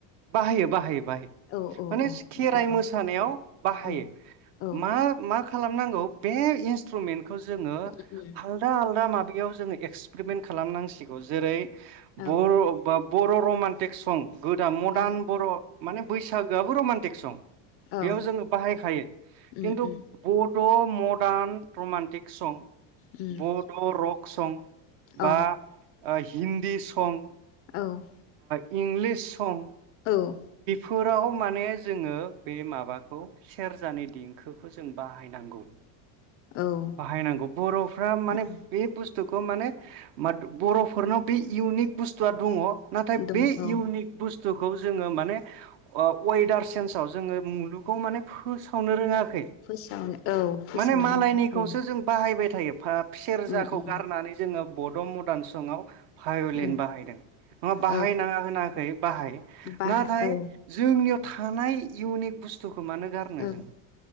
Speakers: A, on the right; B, on the left.
A: बाहायो बाहायो बाहायो
B: औ
A: माने
B: औ
A: खेराइ
B: अब्ला औ
A: मोसानायाव
B: दे
A: बाहायो
B: औ औ
A: मा मा खालाम खालामनांगौ बे इन्सट्रुमेन्टखौ खौ जोङो
B: उम उम
A: आलदा आलदा बेयाव जोङो एक्सपेरमेन्ट खालामनांसिगौ जेरै
B: औ
A: बर' बर' रमान्टिक सं गोदान मदार्न
B: औ
A: बर' माने बैसागोआबो रमान्टिक सं
B: औ
A: बेयाव जोङो बाहायखायो
B: उम
A: खिन्थु
B: उम
A: भट मदार्न रमान्टिक सं
B: उम
A: बड' रक सं
B: औ
A: बा हिन्दी सं
B: औ
A: इंलिस सं
B: औ
A: फोराव माने जोङो बे माबाखौ सेरजानि देंखोखौ जों बाहायनांगौ।
B: औ उम
A: बाहायनांगौ बर'फ्रा माने
B: उम
A: बे बुस्थु स्थुखौ माने बर'फोरनाव बे इउनिक बुस्थुआ दङ नाथाय
B: दं
A: बे
B: औ
A: इउनिक बुस्थुखौ जोङो माने अवेदार सेन्ज आव जोङो मुलुग खौ माने फोसावनो रोङाखै
B: फोसावनो औ फोसावनानै
A: मने मालायनिखौसो
B: औ
A: जों बाहायबाय था <unintelligible> सेरजाखौ
B: उम उम
A: गारनानै जोङो बड' मडान संआव भायलिन
B: औ
A: बाहायदों नङा बाहायनाङा
B: औ
A: होनाखै बाहाय
B: बाहा
A: नाथाय
B: औ
A: जोंनियाव थानाय इउनिक बुस्थु खो मानो गारनो
B: औ
A: जों